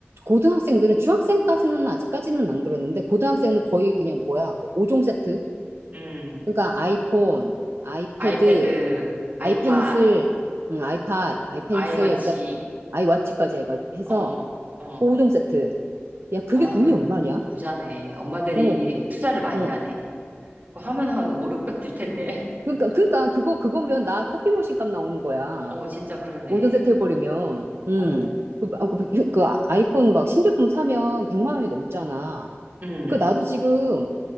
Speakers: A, on the right; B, on the right.
A: 고등학생들은 중학생까지는 아직까지는 안 그러는데 고등학생은 거의 그냥 뭐야 그 5종 세트
B: 응,
A: 그러니까 아이폰, 아이패드,
B: 아이패드, 아이팟,
A: 아이펜슬, 음, 아이팟, 아이펜슬
B: 아이워치
A: 그다음 아이워치까지 해가, 해서
B: 어, 어.
A: 그 5종 세트 야 그게
B: 아,
A: 돈이 얼마냐?
B: 부자네. 엄마들이
A: 어,
B: 투자를 많이
A: 어.
B: 하네. 그거 하면 한 5, 600 들 텐데.
A: 그러니까
B: <laughs>
A: 그러니까 그거 그거면 나 커피 머신 값 나오는 거야.
B: 어, 진짜 그러네.
A: 5종 세트 해버리면 음.
B: 어,
A: 그, 아, 그, 그 그 아이폰 막 신제품 사면 100만 원이 넘잖아.
B: 응
A: 그 나도 지금